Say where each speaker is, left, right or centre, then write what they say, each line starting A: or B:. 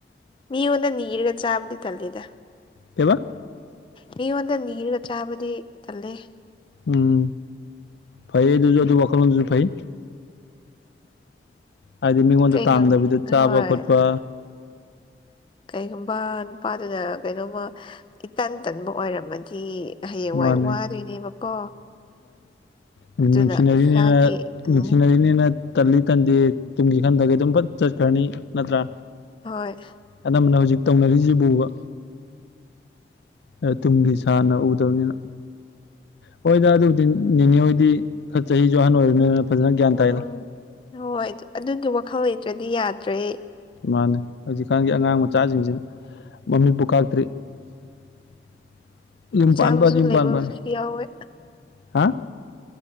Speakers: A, on the left (about 30°); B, on the left (about 75°).
A: ꯃꯤꯉꯣꯟꯗ ꯅꯤꯔꯒ ꯆꯥꯕꯗꯤ ꯊꯜꯂꯤꯗ
B: ꯀꯩꯕ
A: ꯃꯤꯉꯣꯟꯗ ꯅꯤꯔꯒ ꯆꯥꯕꯗꯤ ꯇꯜꯂꯦ
B: ꯎꯝ ꯐꯥꯏꯑꯗꯨꯖꯨ ꯑꯗꯨ ꯋꯥꯈꯜꯂꯣꯟꯗꯨꯖ ꯐꯩ ꯍꯥꯏꯗꯤ ꯃꯤꯉꯣꯟꯗ
A: ꯀꯩꯒꯨꯝ
B: ꯇꯥꯡꯗꯕꯤꯗ ꯆꯥꯕ
A: ꯍꯣꯏ
B: ꯈꯣꯠꯄ
A: ꯀꯩꯒꯨꯝꯕ ꯅꯨꯄꯥꯗꯨꯅ ꯀꯩꯅꯣꯃ ꯏꯇꯟ ꯇꯟꯕ ꯑꯣꯏꯔꯝꯃꯗꯤ ꯍꯌꯦꯡꯋꯥꯏ
B: ꯃꯥꯅꯦ
A: ꯋꯥꯗꯣꯏꯅꯦꯕꯀꯣ
B: ꯗꯝ
A: ꯑꯗꯨꯅ
B: ꯅꯨꯡꯁꯤꯅꯔꯤꯅꯦꯅ
A: ꯏꯁꯥꯒꯤ ꯎꯝ
B: ꯅꯨꯡꯁꯤꯅꯔꯤꯅꯦꯅ ꯇꯂꯤ ꯇꯟꯗꯦ ꯇꯨꯡꯒꯤ ꯈꯟꯗꯒ ꯑꯗꯨꯝ ꯐꯠ ꯆꯠꯈ꯭ꯔꯅꯤ ꯅꯠꯇ꯭ꯔꯥ
A: ꯍꯣꯏ
B: ꯑꯅꯝꯕꯅ ꯍꯧꯖꯤꯛ ꯇꯧꯅꯔꯤꯁꯤꯕꯨꯕ ꯑ ꯇꯨꯡꯒꯤ ꯁꯥꯟꯅ ꯎꯗꯕꯅꯤꯅ ꯍꯣꯏꯗ ꯑꯗꯨꯕꯨꯗꯤ ꯅꯤꯅꯦ ꯍꯣꯏꯗꯤ ꯈꯔ ꯆꯍꯤꯁꯨ ꯑꯍꯟ ꯑꯣꯏꯔꯕꯅꯤꯅ ꯐꯖꯅ ꯒ꯭ꯌꯥꯟ ꯇꯥꯏꯗ
A: ꯎꯝ ꯍꯣꯏ ꯑꯗꯨꯒꯤ ꯋꯥꯈꯜ ꯂꯩꯇ꯭ꯔꯗꯤ ꯌꯥꯗ꯭ꯔꯦ
B: ꯃꯥꯅꯦ ꯍꯧꯖꯤꯛꯀꯥꯟꯒꯤ ꯑꯉꯥꯡ ꯃꯆꯥꯁꯤꯡꯁꯤꯅ ꯃꯃꯤꯠꯄꯨ ꯀꯥꯛꯇ꯭ꯔꯤ <inaudible>
A: ꯏꯆꯥꯕꯁꯨ
B: ꯄꯥꯟꯕ ꯌꯨꯝ
A: ꯂꯩꯕꯕꯁꯨ
B: ꯄꯥꯟꯕꯅ
A: ꯌꯥꯎꯋꯦ
B: ꯍꯥ